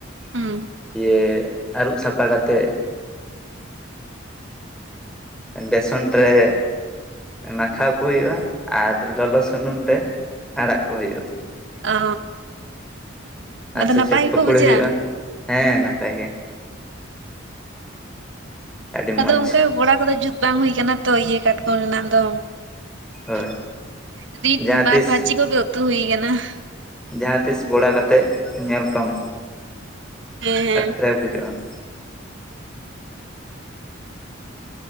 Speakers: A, on the right; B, in the centre.
A: ᱦᱩᱸ
B: ᱾ ᱫᱤᱭᱮ ᱟᱹᱨᱩᱵ ᱥᱟᱯᱷᱟ ᱠᱟᱛᱮᱫᱼᱼ ᱵᱮᱥᱚᱱ ᱨᱮ ᱢᱟᱠᱷᱟᱣ ᱠᱚ ᱦᱩᱭᱩᱜᱼᱟ, ᱟᱨ ᱞᱚᱞᱚ ᱥᱩᱱ ᱥᱩᱱᱩᱢ ᱨᱮ ᱟᱲᱟᱜ ᱠᱚ ᱦᱩᱭᱩᱜᱼᱟ ᱾
A: ᱚ
B: ᱟᱪᱪᱷᱟ
A: ᱟᱫᱚ ᱱᱟᱯᱟᱭ
B: ᱟᱪᱪᱷᱟ
A: ᱜᱮᱠᱚ
B: ᱯᱷᱚᱠᱚᱲᱤ
A: ᱵᱩᱡᱷᱟᱹᱜᱼᱟ
B: ᱦᱩᱭᱩᱜᱼᱟ, ᱦᱮᱸ ᱱᱟᱯᱟᱭ ᱜᱮ ᱾ ᱟᱹᱰᱤ
A: ᱟᱫᱚ
B: ᱢᱚᱸᱡᱽ
A: ᱚᱱᱠᱟ ᱵᱚᱲᱟ ᱠᱚᱫᱚ ᱡᱩᱛ ᱵᱟᱝ ᱦᱩᱭ ᱠᱟᱱᱟ ᱛᱚ ᱤᱭᱟᱹ ᱠᱟᱴᱠᱚᱢ ᱨᱮᱱᱟᱜ ᱫᱚ
B: ᱦᱳᱭ
A: ᱾ ᱨᱤᱫ
B: ᱡᱟᱦᱟᱸ
A: ᱵᱟᱨ
B: ᱛᱤᱥ
A: ᱵᱷᱟᱹᱡᱤ ᱠᱚᱜᱮ ᱩᱛᱩ ᱦᱩᱭ ᱠᱟᱱᱟ ᱾
B: ᱡᱟᱦᱟᱸ ᱛᱤᱥ ᱵᱚᱲᱟ ᱠᱟᱛᱮ ᱧᱮᱞ ᱠᱚᱢ,
A: ᱦᱮᱸ ᱦᱮᱸ
B: ᱮᱴᱨᱟᱠ ᱵᱩᱡᱩᱜᱼᱟ ᱾